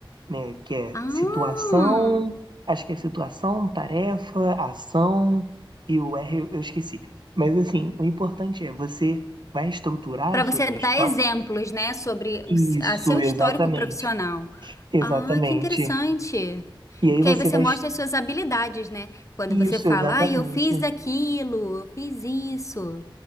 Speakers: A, on the right (about 60°); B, on the left (about 35°).
A: né? Que é
B: Ah,
A: situação, acho que é situação, tarefa, ação e o R eu eu esqueci. Mas assim, o importante é você vai estruturar
B: Para
A: as
B: você
A: suas respostas.
B: dar exemplos, né, sobre
A: Isso,
B: o s- a seu
A: exatamente.
B: histórico profissional.
A: Exatamente.
B: Ah, que interessante.
A: E aí
B: Porque
A: você
B: aí você
A: vai.
B: mostra
A: est-
B: as suas habilidades, né? Quando você
A: Isso,
B: fala,
A: exatamente.
B: ah, eu fiz aquilo, eu fiz isso.